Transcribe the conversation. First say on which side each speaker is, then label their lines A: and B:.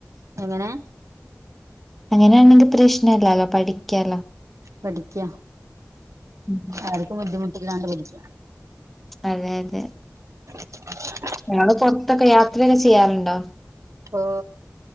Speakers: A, on the right (about 80°); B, in the centre.
A: എങ്ങനെ
B: അങ്ങനെയാണെങ്കിൽ പ്രശ്നല്ലാലോ പഠിക്കാലോ
A: പഠിക്ക
B: ഉം
A: ആർക്കും ബുദ്ധിമുട്ടില്ലാണ്ട് പഠിക്ക
B: അതെ അതെ
A: ആ
B: ഞങ്ങള് പൊറത്തൊക്കെ യാത്രയൊക്കെ ചെയ്യാറുണ്ടോ
A: ഓ